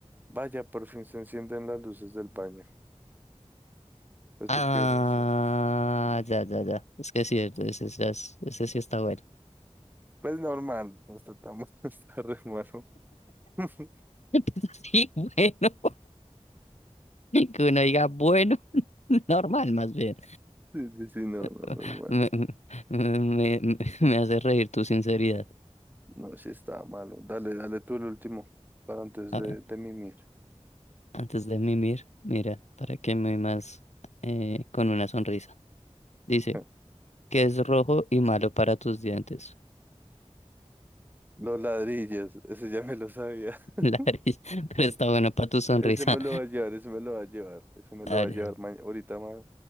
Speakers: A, on the right; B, on the left.
A: vaya, por fin se encienden las luces del baño. Pues
B: Ah,
A: porque, no sé.
B: ya, ya, ya. Es que sí, ese, ese, es- ese sí está bueno.
A: Pues normal, nos tratamos, <laughs> está re malo. <laughs>
B: <laughs> Sí, bueno. <laughs> Que uno diga bueno, <laughs> normal más bien.
A: Sí, sí, sí, no,
B: <laughs>
A: no, normal.
B: Me, me, me- me- me hace reír tu sinceridad.
A: No, sí está malo. Dale, dale tú el último para antes
B: A
A: de,
B: ver,
A: de mimir.
B: antes de mimir, mira, para que me más eh, con una sonrisa. Dice,
A: <laughs>
B: que es rojo y malo para tus dientes.
A: Los ladrillos, ese ya me lo sabía. <laughs>
B: La nariz, <laughs> pero está bueno para tu sonrisa.
A: Ese me lo va a llevar, ese me lo va a llevar, ese me lo
B: A
A: va
B: ver,
A: a llevar ma- ahorita ma-